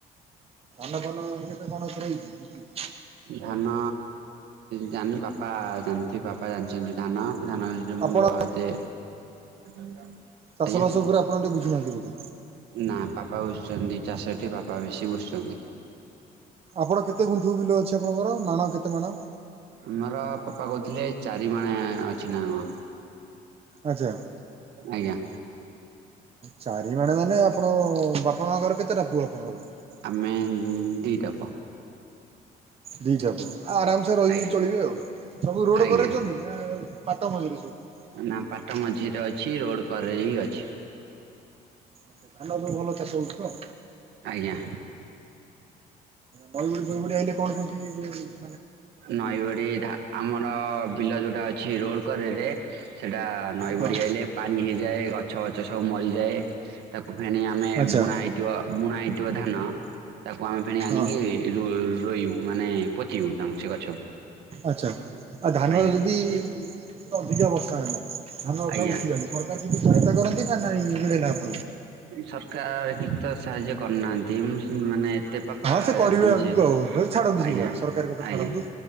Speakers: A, on the right; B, on the right.
A: ଧାନ ଫାନ କେତେ କଣ ଏଥର ହେଇଛି।
B: ଧାନ ଜାନି ବାପା ଜାଣିଥିବେ ବାପା ଜାଣିଛନ୍ତି ଧାନ। ଧାନ ମୁଣ୍ଡ
A: ଆପଣ
B: ଏତେ ଆଜ୍ଞା
A: ଚାଷ ବାସ ଉପରେ ଆପଣ ଟିକେ ବୁଝୁନାହାନ୍ତି ବୋଧେ?
B: ନା ପାପା ବଝୁଛନ୍ତି। ଚାଷଟି ବାପା ବେଶୀ ବୁସୁଛନ୍ତି।
A: ଆପଣ କେତେ ଗୁଣ୍ଠୁ ବିଲ ଅଛି? ଆପଣଙ୍କର ମାଣ କେତେ ମାଣ?
B: ଆମର ପାପା କହୁଥିଲେ ଚାରି ମଣେ ଅଛି ନା କଣ।
A: ଆଚ୍ଛା।
B: ଆଜ୍ଞା।
A: ଚାରି ମାଣେ ମାନେ ଅପ ଆପଣ ବାପା ମାଙ୍କର କେତେଟା। ପୁଅ ଆପଣଙ୍କର।
B: ଆମେ ଦିଟା ପୁଅ।
A: ଦିଟା ପୁଅ ଆରାମସ ରହି
B: ଆଜ୍ଞା
A: ଚଳିବେ ଆଉ ସବୁ ରୋଡ
B: ଆଜ୍ଞା।
A: କରଛନ୍ତି ନା ପାଟ ମଜୁରୀ ସବୁ।
B: ନା ପାଟ ମଝିରେ ଅଛି ରୋଡ କରେ ଅଛି।
A: ଆଛା ଧାନ ଭଲ ଚାଷ ହଉଛି ତ।
B: ଆଜ୍ଞା।
A: ବାଇ ଭଳି ବବଳି ଆଇିଲ କଣ କେ ହୁଁ ହ।
B: ନଈ ଭଡି ଧା ଆମର ବିଲ ଯୋଉଟା ଅଛି। ଛି ରୋଡ଼ କରରେ ସେଇଟା ନଈ
A: ହଁ
B: ବଡ଼ି ଆଇଲେ ପାଣି ହେଇଯାଏ, ଗଛ ଗଛ ସବୁ ମରି ଯଏ ତା ଫି ଆମେ
A: ଆଚ୍ଛା
B: ବୁଣାଇ ବୁଣାଇ <unintelligible> ଧାନ। ତାକୁ ଆମେ ଫେଣି ଆଣିକି
A: ହଁ।
B: ରୋଇ ରୋଇବୁ। ମାନେ ପତିଉ ତାଙ୍କୁ ସେ ଗଛକୁ।
A: ଆଛା ଆଉ ଧାନ
B: ଆଜ୍ଞା
A: ଯଦି ଅଧିକା ବର୍ଷା ହେଲା। ଧାନ ଅଛ
B: ଆଜ୍ଞା
A: ଉଠିଲାଣି ସରକାର କିଛି ସହାୟତା କରନ୍ତି। ଏ ନାଇ ଇଡ଼େ ଆପ
B: ସରକାର ଗୀତ ସାହାଯ୍ୟ କରିୁନାହାନ୍ତି ମାନେ ଏତେ ପାପା
A: ହଁ ସେ କରିବେ
B: ଜାଣିଛନ୍ତି
A: ଆଗକୁ
B: ସେ
A: ଆଉ ଛାଡନ୍ତୁ
B: ଆଜ୍ଞା
A: ସେଗୁଡା ସରକାର କଥା
B: ଆଜ୍ଞା
A: ଛାଡନ୍ତୁ,